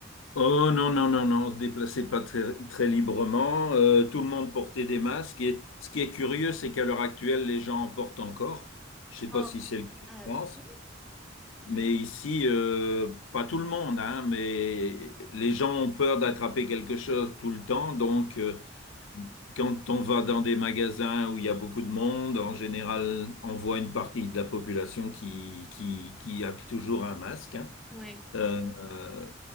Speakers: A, on the left (about 80°); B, in the centre.
A: Oh non, non, non, non, on se déplaçait pas très, très librement. euh, tout le monde portait des masques. Et ce qui est curieux, c'est qu'à l'heure actuelle, les gens en portent encore. Je sais
B: Ah,
A: pas si c'est le cas
B: ah
A: en France,
B: bon?
A: mais ici, euh, pas tout le monde, hein, mais les gens ont peur d'attraper quelque chose tout le temps. Donc, euh, quand on va dans des magasins où il y a beaucoup de monde, en général, on voit une partie de la population qui, qui, qui a toujours un masque. hein.
B: Ouais.
A: Euh, euh,